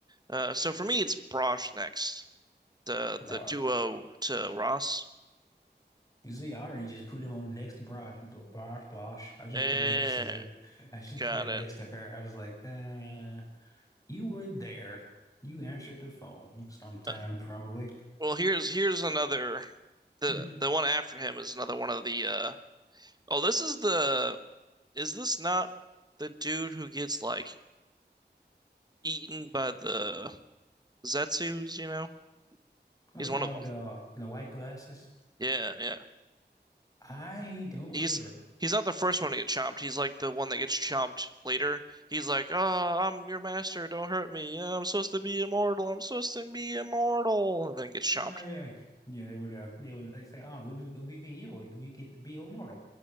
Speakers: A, on the right; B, on the left.
A: Uh, so for me, it's Brosh next, the
B: Braj.
A: the duo to Ross.
B: You see, I already just put him on next to Braj. Bl- Braj, Blosh. I just
A: Eh,
B: put it next to her. I just
A: got
B: put it
A: it.
B: next to her. I was like, uh, you were there. You answered the phone sometime,
A: Uh,
B: probably.
A: well, here's here's another. The
B: Hmm.
A: the one after him is another one of the. Uh, oh, this is the Is this not the dude who gets like eaten by the Zetsus, you know?
B: Oh,
A: He's
B: the guy
A: one of
B: with
A: them.
B: the uh, the white glasses.
A: Yeah, yeah.
B: I don't remember.
A: He's he's not the first one to get chomped. He's like the one that gets chomped later. He's like, "Oh, I'm your master. Don't hurt me. Yeah, I'm supposed to be immortal. I'm supposed to be immortal." And then gets chomped.
B: Oh yeah, yeah. They would uh, they would like say, "Oh, we be- we be evil. We get to be immortal."